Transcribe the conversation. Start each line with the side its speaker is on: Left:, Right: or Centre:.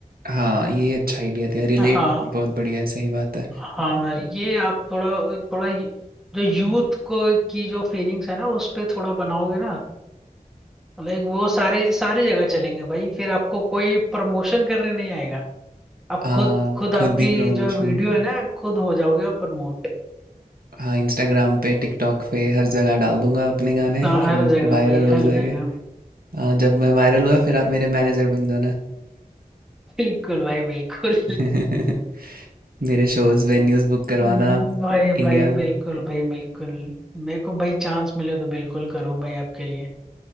Right: हाँ ये अच्छा आइडिया दिया रिलेट
Centre: हाँ
Right: बहुत बढ़िया है सही बात है
Centre: हाँ ये आप थोड़ा थोड़ा ये- जो यूथ को की जो फीलिंग्स है ना उस पे थोड़ा बनाओगे ना तो लाइक वो सारे सारी जगह चलेंगे भाई फिर आपको कोई प्रमोशन करने नहीं आएगा आप
Right: हाँ
Centre: खुद खुद आपकी
Right: खुद ही प्रमोशन
Centre: जो वीडियो है ना खुद हो जाओगे आप प्रमोट
Right: हाँ इंस्टाग्राम पे tiktok पे हर जगह डाल दूंगा अपने गाने
Centre: हर
Right: फिर
Centre: जगह
Right: वायरल
Centre: भाई
Right: हो
Centre: हर
Right: जाएंगे
Centre: जगह
Right: हाँ जब मैं वायरल हुआ फिर आप मेरे मैनेजर बन जाना
Centre: बिल्कुल भाई बिल्कुल
Right: <laughs> मेरे शोज वेन्यूज बुक
Centre: हम्म,
Right: करवाना आप
Centre: भाई
Right: इंडिया
Centre: भाई
Right: में
Centre: बिल्कुल भाई बिल्कुल मेरे को भाई चांस मिले तो बिल्कुल करूँ भाई आपके लिए